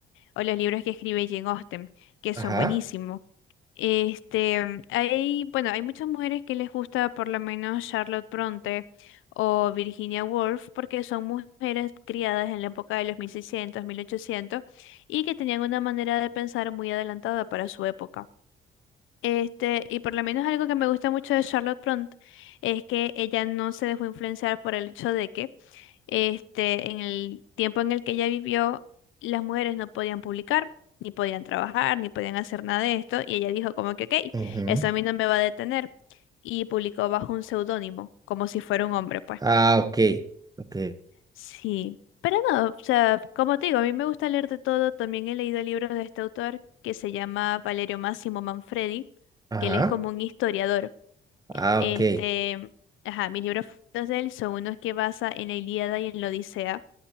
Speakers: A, on the left (about 85°); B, on the right (about 20°).
A: o los libros que escribe Jane Austen, que
B: Ajá.
A: son buenísimos. Este, hay, bueno, hay muchas mujeres que les gusta por lo menos Charlotte Bronte o Virginia Woolf porque son mujeres criadas en la época de los mil seiscientos mil ochocientos y que tenían una manera de pensar muy adelantada para su época. Este, y por lo menos algo que me gusta mucho de Charlotte Bronte es que ella no se dejó influenciar por el hecho de que este, en el tiempo en el que ella vivió, las mujeres no podían publicar, ni podían trabajar, ni podían hacer nada de esto, y ella dijo como que, ok,
B: ujú.
A: eso a mí no me va a detener, y publicó bajo un seudónimo, como si fuera un hombre, pues.
B: Ah, ok. Ok.
A: Sí, pero no, o sea, como te digo, a mí me gusta leer de todo, también he leído libros de este autor que se llama Valerio Máximo Manfredi,
B: Ajá.
A: que él es como un historiador.
B: Ah,
A: Este,
B: ok.
A: ajá, mis libros favoritos de él son unos que basa en la Ilíada y en la Odisea